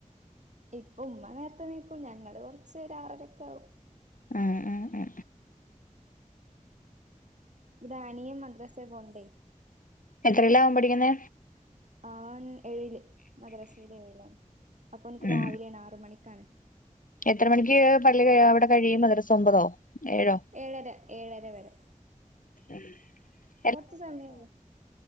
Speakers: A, on the right (about 60°); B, on the left (about 80°).
A: ഇപ്പ ഉമ്മ നേരത്തെ നീക്കൂ ഞങ്ങള് കുറച്ച് ഒരാ ആറരൊക്കെ ആവും
B: ആഹ് ആ
A: ഈ അനിയൻ മദ്രസെ പോണ്ടേ.
B: എത്രല്ല അവൻ പഠിക്കുന്നേ
A: അവൻ ഏഴില് മദ്രസയിലെ ഏഴിലാണ്, അപ്പൊ ഓനുക്ക്
B: ഉം
A: രാവിലെ ആണ് ആറ് മണിക്കാണ്.
B: എത്ര മണിക്ക് പള്ളി അവിടെ കഴിയും, മദ്രാസ ഒമ്പതോ ഏഴോ?
A: ഏഴര ഏഴര വരെ
B: ഉം
A: കുറച്ച് സമയം ഉള്ളൂ,